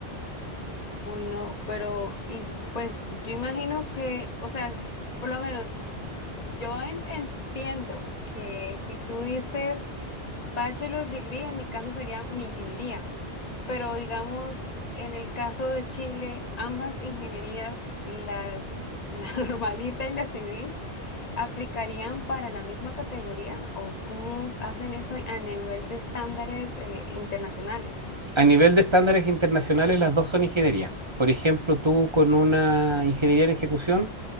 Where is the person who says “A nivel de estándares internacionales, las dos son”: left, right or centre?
Right